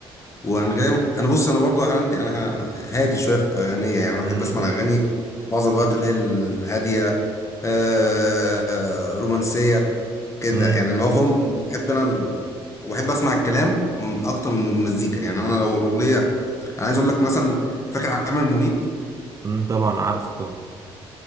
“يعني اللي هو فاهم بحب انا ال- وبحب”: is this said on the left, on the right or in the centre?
Left